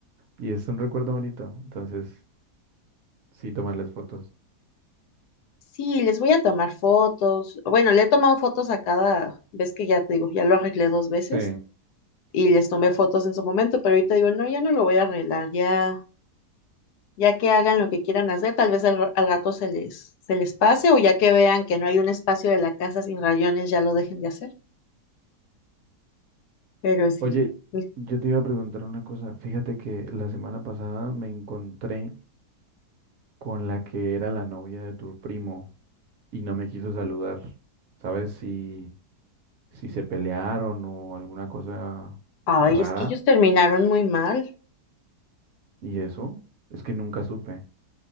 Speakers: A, on the right; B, on the left.
A: Y es un recuerdo bonito. Entonces, sí, tomarles fotos.
B: Sí, les voy a tomar fotos. Bueno, le he tomado fotos a cada vez que ya te digo, ya lo arreglé dos veces
A: Sí.
B: y les tomé fotos en su momento, pero ahorita digo, no, ya no lo voy a arreglar, ya, ya que hagan lo que quieran hacer, tal vez al, al rato se les, se les pase o ya que vean que no hay un espacio de la casa sin rayones, ya lo dejen de hacer. Pero sí,
A: Oye,
B: mis-
A: yo te iba a preguntar una cosa. Fíjate que la semana pasada me encontré con la que era la novia de tu primo y no me quiso saludar. ¿Sabes si, si se pelearon o alguna cosa
B: ay,
A: rara?
B: es que ellos terminaron muy mal.
A: ¿Y eso? Es que nunca supe.